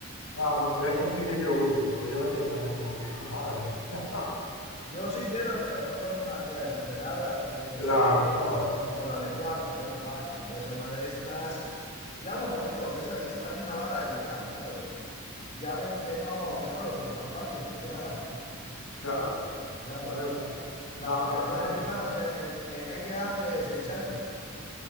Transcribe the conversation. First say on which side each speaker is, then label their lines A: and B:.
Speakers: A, on the left; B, on the left.
A: Ah, no, de esa sí que yo huyo, porque yo no quiero tener ningún hijo, madre. <laughs>
B: Yo sí quiero, pero no con una tía desesperada, ni,
A: Claro,
B: o sea, yo quiero
A: no,
B: con, con la adecuada. Entonces, buah, cuando ves a una de estas, ya no por hijos, eso es también a la hora de ligar, claro, pues sí. Ya ven que no, que no lo tienen tan fácil, ya,
A: claro.
B: <laughs> claro,
A: Entonces,
B: ya.
A: ba-
B: La, la
A: bajan,
B: gente se fija en, las que, en, en ella hace seis años.